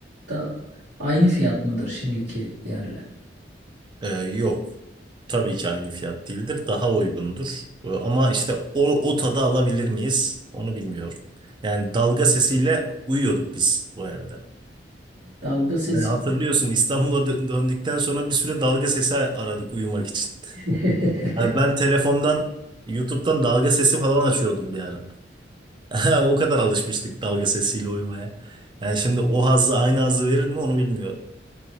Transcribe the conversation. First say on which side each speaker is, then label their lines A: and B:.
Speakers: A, on the right; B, on the right.
A: da aynı fiyat mıdır şimdiki yerle?
B: Ee, yok. Tabii ki aynı fiyat değildir. Daha uygundur. Ee, ama işte o, o tadı alabilir miyiz? Onu bilmiyorum. Yani dalga sesiyle uyuyorduk biz o evde.
A: Dalga sesi.
B: Hani hatırlıyorsun İstanbul'a dö- döndükten sonra bir süre dalga sesi aradık uyumak için.
A: <laughs>
B: Yani ben telefondan YouTube'dan dalga sesi falan açıyordum bir ara. <laughs> O kadar alışmıştık dalga sesiyle uyumaya. Yani şimdi o hazzı aynı hazzı verir mi onu bilmiyorum.